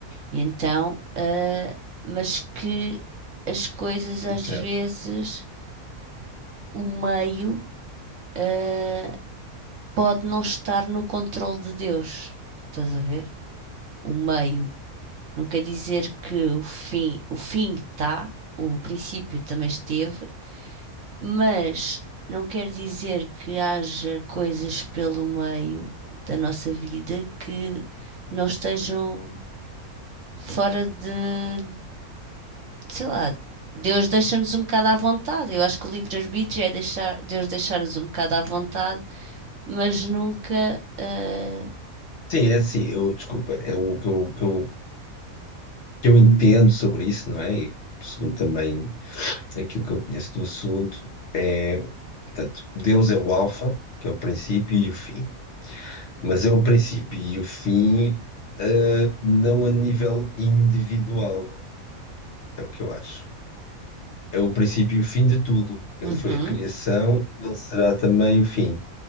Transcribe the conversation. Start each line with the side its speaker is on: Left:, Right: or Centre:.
Right: E então, ah, mas que as coisas às
Left: certo.
Right: vezes, o meio, ah, pode não estar no controle de Deus. Estás a ver? O meio. Não quer dizer que o fim, o fim está, o princípio também esteve, Mas não quer dizer que haja coisas pelo meio da nossa vida que não estejam fora de, sei lá, Deus deixa-nos um bocado à vontade. Eu acho que o livre-arbítrio é deixar, Deus deixar-nos um bocado à vontade, mas nunca. ah,
Left: Sim, é assim, eu, desculpa, é o que eu, que eu, que eu entendo sobre isso, não é? E segundo também aquilo que eu conheço do assunto, é, portanto, Deus é o alfa, que é o princípio e o fim. Mas é o princípio e o fim, eh, não a nível individual, é o que eu acho. É o princípio e o fim de tudo. Ele
Right: Uhum.
Left: foi a criação, ele será também o fim